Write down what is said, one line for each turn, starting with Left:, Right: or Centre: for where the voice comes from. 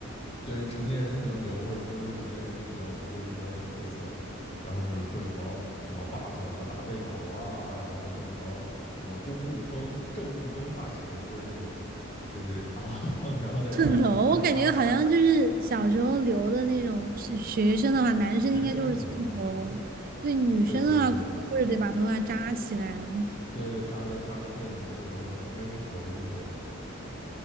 Left: 对成年人才能留，或者说是成年人中比较多，就比较有特色。然后比如说什么什么霸总的大背头啊，然后说什么什么公务风、政务风发型，就是那种就是啊，<laughs> 然后再加上那种穿搭
Right: 寸头，哦我感觉好像就是小时候留的那种是学生的话，男生应该就是寸头，
Left: 学生头，嗯，
Right: 对女生的话可能就是得把头发扎起来。
Left: 对对对对，扎个扎个辫子，或者说什么妹妹头这种，